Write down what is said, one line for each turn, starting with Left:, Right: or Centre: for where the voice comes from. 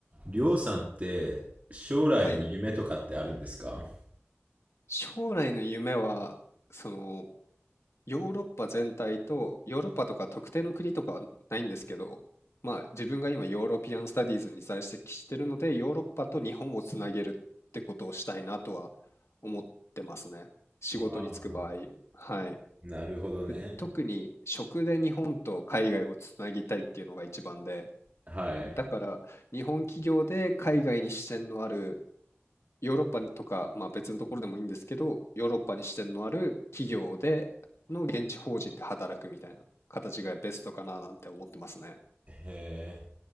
Right: りょうさんって将来の夢とかってあるんですか
Left: はい。将来の夢は、その、ヨーロッパ全体と、ヨーロッパとか特定の国とかはないんですけど、まあ自分が今ヨーロピアンスタディーズに在籍してるので、ヨーロッパと日本をつなげるってことをしたいなとは思ってますね。仕事に就く場合。
Right: ああ
Left: はい。
Right: なるほどね。
Left: で、特に食で日本と海外をつなぎたいっていうのが一番で、
Right: はい。
Left: だから日本企業で海外に支店のあるヨーロッパとか、まあ、別のところでもいいんですけど、ヨーロッパに支店のある企業での現地法人で働くみたいな形がベストかななんて思ってますね。
Right: へえ、